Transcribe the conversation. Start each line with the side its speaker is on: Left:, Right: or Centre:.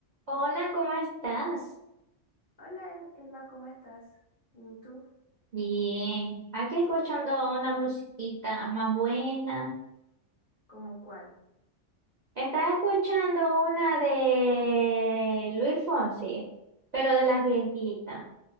Right: Hola, ¿cómo estás?
Left: Hola Emma, ¿cómo estás? ¿Y tú?
Right: Bien, aquí escuchando una musiquita más buena.
Left: ¿Cómo cuál?
Right: Estaba escuchando una de Luis Fonsi, pero de las viejitas.